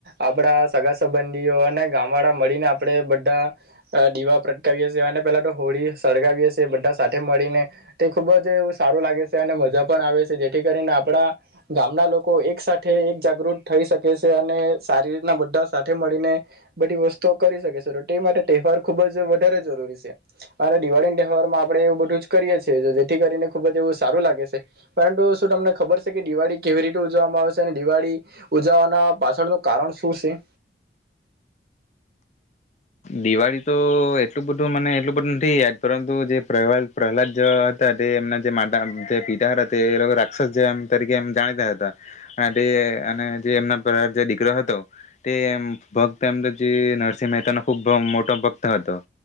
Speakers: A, on the right; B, on the left.
A: આપડા સગા સંબંધ ધીઓ અને ગામવાળા મળીને આપણે બઢા દીવા પ્રગટાવીએ સીએ અને પેલા તો હોળી સળગાવીએ સે, બઢા સાથે મળીને તે ખુબ જ સારું લાગે સે અને મજા પણ આવે સે, જેઠી કરીને આપડા ગામના લોકો એક સાઠે એક જાગૃત થઈ શકે સે અને સારી રીતના બઢા સાથે મ ળીને બઢી વસ્તુઓ કરી શકે સે, ટો ટે માટે તહેવાર ખુબ જ વધારે જરૂરી સે અને દિવાળી તહેવારમાં આપણે એવું બધું જ કરીએ છીએ, જેથી કરીને ખુબ જ એવું સારું લાગે સે, પરંટુ શું તમને ખબર સે કે દિવાળી કેવી રીતે ઉજવામાં આવે શે અને દિવાળી ઉજવવાના પાછળનું કારણ શું સે?.
B: દિવાળી તો એટલું બધુ મને એટલું બધું નથી યાદ પરંતુ જે પ્રહવા પ્રહલાદ જે હતા તે એમના જે માતા જે પિતા હતા તે એ લોકો રાક્ષસ જે એમ તરીકે એમ જાણીતા હતા, આ તે અને જે એમના પ્ર જે દીકરો હતો તે એમ ભક્ત એમ તો જે નરસિંહ મહેતાનો ખૂબ મોટો ભક્ત હતો